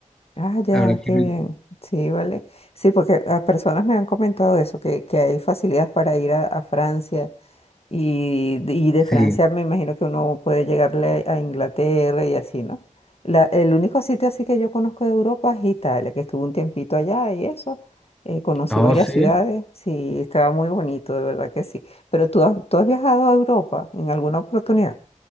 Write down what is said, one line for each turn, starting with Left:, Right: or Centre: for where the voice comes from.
Left: ah, ya,
Centre: Ahora que
Left: qué
Centre: me-
Left: bien, sí, vale. Sí, porque a personas me han comentado eso, que, que hay facilidades para ir a, a Francia Y, y de
Centre: sí,
Left: Francia me imagino que uno puede llegarle a Inglaterra y así, ¿no? La- el único sitio así que yo conozco de Europa es Italia, que estuve un tiempito allá y eso. eh, conocí
Centre: oh
Left: varias
Centre: sí.
Left: ciudades, sí, estaba muy bonito, de verdad que sí. Pero tú has, tú has viajado a Europa en alguna oportunidad.